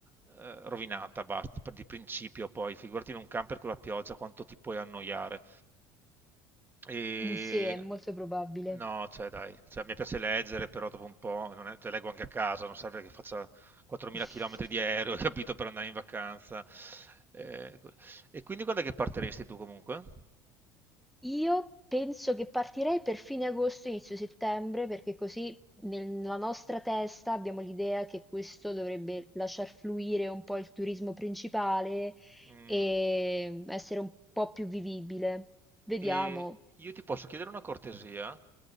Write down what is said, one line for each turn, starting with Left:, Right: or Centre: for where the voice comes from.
Right: eh, rovinata, basta, di principio poi, figurati in un camper con la pioggia quanto ti puoi annoiare. E...
Centre: mm, sì, è molto probabile.
Right: No, cioè dai, cioè, mi piace leggere, però dopo un po', non è- cioè, leggo anche a casa, non serve che faccia 4.000
Centre: <laughs>
Right: km di aereo, <laughs> capito, per andare in vacanza. Eh, cos- e quindi quando è che partiresti tu comunque?
Centre: Io penso che partirei per fine agosto, inizio settembre, perché così nella nostra testa abbiamo l'idea che questo dovrebbe lasciar fluire un po' il turismo principale
Right: Mm,
Centre: e essere un po' più vivibile. Vediamo.
Right: E io ti posso chiedere una cortesia?